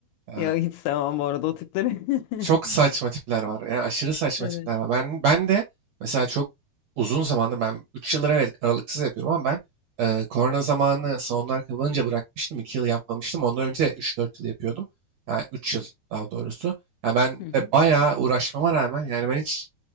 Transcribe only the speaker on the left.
Ya hiç sevmem bu arada o tipleri.
<laughs>
Evet.
Hı hı.